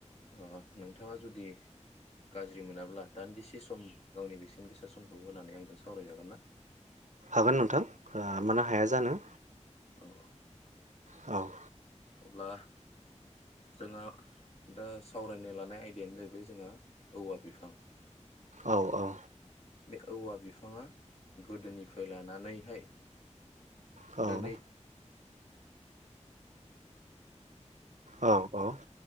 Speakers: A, on the left (about 55°); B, on the right (about 75°).
A: अ नोंथाङा जुदि गाज्रि मोनाब्ला दान्दिसे सम गावनि बेसेन गोसा समखौ होनानै आंजों सावरायजागोन ना?
B: हागोन नोंथां ओ मानो हाया जानो
A: औ औ
B: औ
A: अब्ला जोंहा दा सावरायनो लानाय आयदायानो जाहैबाय जोंहा औवा बिफां
B: औ औ
A: बे औवा बिफाङा गोदोनिफ्राय लानानैहाय
B: औ
A: दिनैसिम
B: औ औ